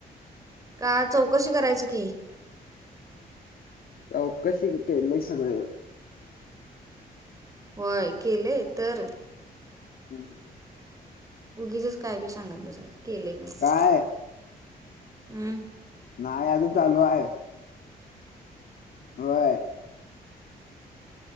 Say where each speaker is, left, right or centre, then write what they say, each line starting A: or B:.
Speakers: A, on the right; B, on the left.
A: का चौकशी करायची की.
B: चौकशि केलंय सगळ.
A: होय. केलेय तर.
B: हम्.
A: उगीचच काय बी सांगत बसायच. केलंय म्हणुन
B: काय
A: हम्.
B: नाही. अजून चालू हाय. व्हय